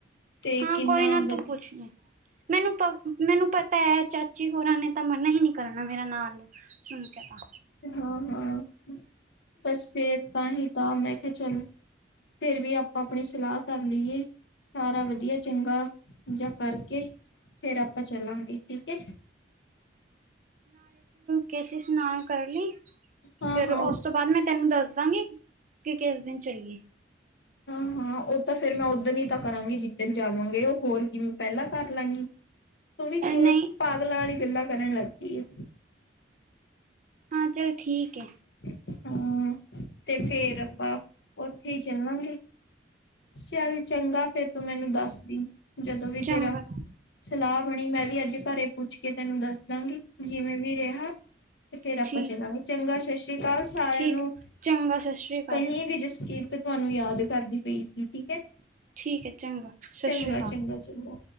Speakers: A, on the left; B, on the right.
A: ਤੇ,
B: ਹਾਂ
A: ਕਿੰਨਾ
B: ਕੋਈ ਨਾ
A: ਵਧੀ-
B: ਤੂੰ ਪੁੱਛ ਲਈ ਮੈਨੂੰ ਪ, ਮੈਨੂੰ ਪਤਾ ਹੈ। ਚਾਚੀ ਹੋਰਾਂ ਨੇ ਤਾਂ ਮਰਨਾ ਹੀ ਨਹੀਂ ਕਰਨਾ। ਮੇਰਾ ਨਾਂ ਸੁਣ ਕੇ ਤਾਂ
A: ਹਾਂ -ਹਾਂ, ਬਸ ਫੇਰ ਤਾਂ ਹੀ ਤਾਂ। ਮੈਂ ਕਿਹਾ ਚੱਲ ਫੇਰ ਵੀ ਆਪਾਂ ਆਪਣੀ ਸਲਾਹ ਕਰ ਲਈਏ। ਸਾਰਾ ਵਧੀਆ ਚੰਗਾ ਜ ਕਰਕੇ। ਫੇਰ ਆਪਾਂ ਚੱਲਾਂਗੇ। ਠੀਕ ਹੈ?
B: ਕੇਸੀ ਸਨਾਨ ਕਰ ਲਈ।
A: ਹਾਂ
B: ਫੇਰ
A: ਹਾਂ
B: ਉਸ ਤੋਂ ਬਾਅਦ ਮੈਂ ਤੈਨੂੰ ਦੱਸ ਦਾਂਗੀ ਕਿ, ਕਿਸ ਦਿਨ ਚੱਲੀਏ।
A: ਹਾਂ! ਉਹ ਤਾਂ ਫੇਿਰ ਮੈਂ ਉਦਣ ਹੀ ਤਾਂ ਕਰਾਂਗੀ। ਜਿੱਦਣ ਜਾਵਾਂਗੇ। ਉਹ ਹੋਰ ਕਿ ਪਹਿਲਾਂ ਕਰ ਲਾਂਗੀ। ਤੂੰ ਵੀ ਕਿਵੇਂ,
B: ਨਹੀਂ
A: ਪਾਗਲਾਂ ਵਾਲੀ ਗੱਲਾਂ ਕਰਨ ਲੱਗ ਗਈ ਏ।
B: ਹਾਂ! ਚਲ ਠੀਕ ਹੈ।
A: ਹਮ। ਤੇ ਫੇਰ ਆਪਾਂ, ਉੱਥੇ ਹੀ ਚੱਲਾਂਗੇ। ਚੱਲ ਚੰਗਾ। ਫੇਰ ਤੂੰ ਮੈਨੂੰ ਦੱਸਦੀ। ਜਦੋਂ ਵੀ
B: ਚੰਗਾ
A: ਤੇਰਾ ਸਲਾਹ ਬਣੀ। ਮੈਂ ਵੀ ਐਥੇ। ਘਰੇ ਪੁੱਛ ਕੇ ਤੈਨੂੰ ਦੱਸ ਦਾਂਗੀ। ਜਿਵੇਂ ਵੀ ਰਿਹਾ! ਤੇ ਫੇਰ ਆਪਾਂ
B: ਠੀਕ
A: ਚਲਾਾਂਗੇ। ਚੰਗਾ ਸ਼ਸ਼। ਸਾਰਿਆਂ
B: ਠੀਕ
A: ਨੂੰ।
B: ਚੰਗਾ ਸਤਿ ਸ਼੍ਰੀ ਅਕਾਲ
A: ਕਹੀ ਵੀ, ਜਸਕੀਰਤ ਤੁਹਾਨੂੰ ਯਾਦ ਕਰਦੀ ਪਈ ਸੀ। ਠੀਕ ਹੈ।
B: ਠੀਕ ਹੈ ਚੰਗਾ ਸਤਿ
A: ਚੰਗਾ
B: ਸ਼੍ਰੀ ਅਕਾਲ
A: ਚੰਗਾ ਚੰਗਾ।